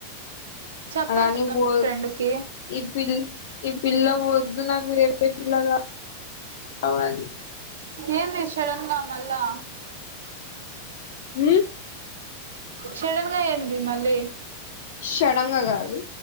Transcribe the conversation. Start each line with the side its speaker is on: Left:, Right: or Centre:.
Right: చెప్పచ్చు
Left: అలా అని
Right: కదా
Left: వో,
Right: మీ ఫ్రెండ్ కి
Left: ఈ పిల్, ఈ పిల్ల వొద్దు నాకు. వేరే ఇలగా అవ్వది.
Right: ఏంది షడన్గా మళ్ళా?
Left: మ్
Right: షడన్ గా ఏంది మళ్ళీ?
Left: షడంగా కాదు